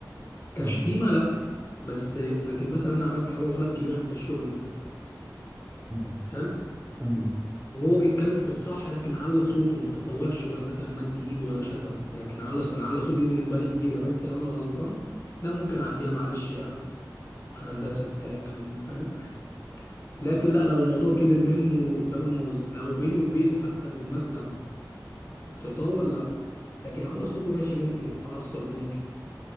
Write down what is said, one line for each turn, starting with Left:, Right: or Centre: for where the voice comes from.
Left: كشتيمه
Centre: قول.
Left: لا بس لكن مثلا انا عملت حاجه غلط كبيره في الشغل مثلا
Centre: مم.
Left: حلو
Centre: مم.
Left: وهو بيتكلم في الصح لكن على صوته وما تطولش ولا مثلا مد ايده ولا شتم يعني كان على انا على صوتي دي بالنسبه لي كبيره بس لو انا غلطان لا ممكن اعديها معلش يا هندسه بتاع الكلام ده فاهم عادي لكن لا لو الموضوع كبر منه قدام الموظف لو بيني وبينه حتى في المكتب تطاول لا لكن على صوته ماشي ممكن نتعصب ممكن